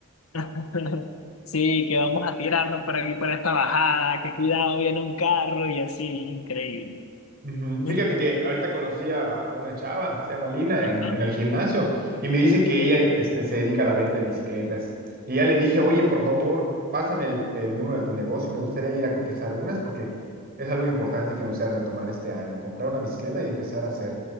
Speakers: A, on the left; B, on the right.
A: <laughs> sí, que vamos a tirarnos para aquí para esta bajada, que cuidado, viene un carro y así, increíble.
B: Ujú.
A: <laughs>
B: Fíjate que ahorita conocí a, a una chava, se llama Lina,
A: Ajá,
B: en, en el gimnasio, y me dice que
A: ¿qué?
B: ella este, se dedica a la venta de bicicletas. Y ya le dije, oye, por favor, pásame el, el número de tu negocio, me gustaría ir a cotizar unas porque es algo importante que me gustaría retomar este año, comprar una bicicleta y empezar a hacer.